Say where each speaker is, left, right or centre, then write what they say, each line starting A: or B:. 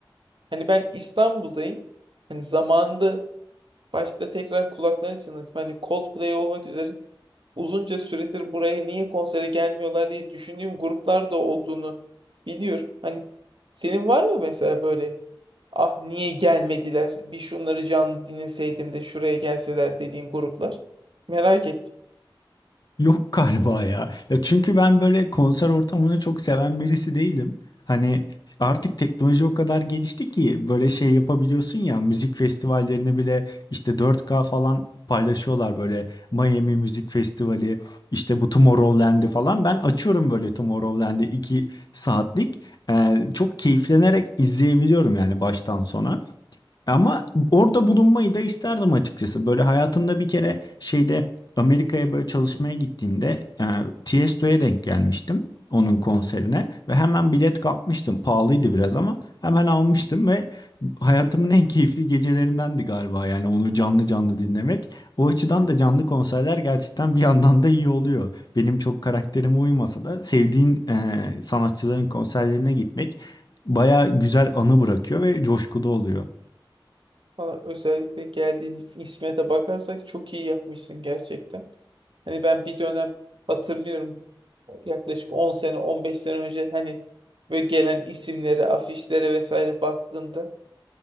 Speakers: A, on the right; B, on the left.
A: Hani ben İstanbul'dayım. Hani zamanında başta tekrar kulaklarını çınlatayım. Hani Coldplay olmak üzere uzunca süredir buraya niye konsere gelmiyorlar diye düşündüğüm gruplar da olduğunu biliyorum. Hani senin var mı mesela böyle ah niye gelmediler bir şunları canlı dinleseydim de şuraya gelseler dediğin gruplar? Merak ettim.
B: Yok <laughs> galiba ya. Ya çünkü ben böyle konser ortamını çok seven birisi değilim. Hani artık teknoloji o kadar gelişti ki böyle şey yapabiliyorsun ya müzik festivallerini bile işte 4K falan paylaşıyorlar böyle Miami Müzik Festivali işte bu Tomorrowland'i falan ben açıyorum böyle Tomorrowland'i 2 saatlik Ee, çok keyiflenerek izleyebiliyorum yani baştan sona. Ama orada bulunmayı da isterdim açıkçası. Böyle hayatımda bir kere şeyde Amerika'ya böyle çalışmaya gittiğimde e, Tiesto'ya denk gelmiştim onun konserine ve hemen bilet kapmıştım. Pahalıydı biraz ama hemen almıştım ve hayatımın en keyifli gecelerindendi galiba yani onu canlı canlı dinlemek. O açıdan da canlı konserler gerçekten bir yandan da iyi oluyor. Benim çok karakterime uymasa da sevdiğin e, sanatçıların konserlerine gitmek baya güzel anı bırakıyor ve coşkulu oluyor.
A: Valla özellikle geldiğin isme de bakarsak çok iyi yapmışsın gerçekten. Hani ben bir dönem hatırlıyorum yaklaşık 10 sene 15 sene önce hani böyle gelen isimlere afişlere vesaire baktığımda